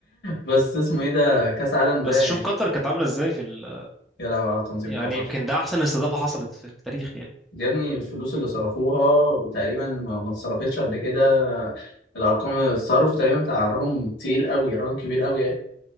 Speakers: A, on the left; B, in the centre.
A: بس اسمه ايه ده كاس عالم ده
B: بس
A: يعني
B: شوف قطر كانت عامله ازاي في ال...
A: يا لهوي على تنظيم
B: يعني
A: قطر
B: يمكن ده احسن استضافه حصلت في التاريخ يعني
A: يا ابني الفلوس اللي صرفوها تقريبا ما ما اتصرفتش قبل كده الارقام الصرف تقريبا بتاع رقم تقيل قوي رقم كبير قوي